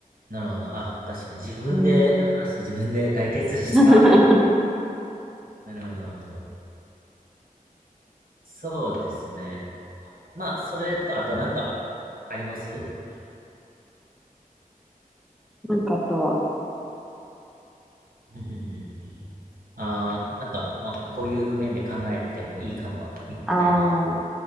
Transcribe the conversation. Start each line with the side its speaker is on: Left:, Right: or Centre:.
Right: なるほど。あ、確かに自分で話して自分で解決した。
Centre: うん。<laughs>
Right: <laughs> なるほど、なるほど。そうですね。まあ、それと、あとなんか、ありますうん
Centre: なんかあとは、
Right: うんうん <laughs> ああ、なんか、まあ、こういう面で考えてもいいかも、みたいな、
Centre: たあ